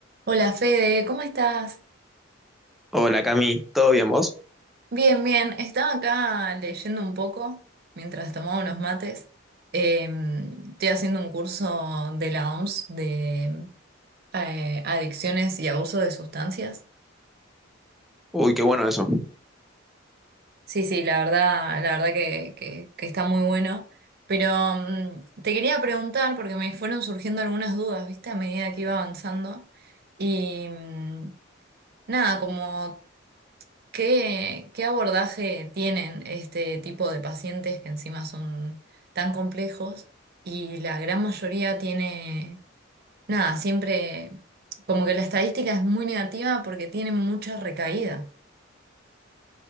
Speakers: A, on the right; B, in the centre.
A: Hola Fede, ¿cómo estás?
B: Hola Cami, ¿todo bien vos?
A: Bien, bien. Estaba acá leyendo un poco mientras tomaba unos mates. Eh, estoy haciendo un curso de la OMS de eh, adicciones y abuso de sustancias.
B: Uy, qué bueno eso.
A: Sí, sí, la verdad, la verdad que, que- que está muy bueno. Pero mm, te quería preguntar, porque me fueron surgiendo algunas dudas, ¿viste? A medida que iba avanzando. Y mm, nada, como... ¿Qué, qué abordaje tienen este tipo de pacientes que encima son tan complejos y la gran mayoría tiene, nada, siempre como que la estadística es muy negativa porque tienen mucha recaída.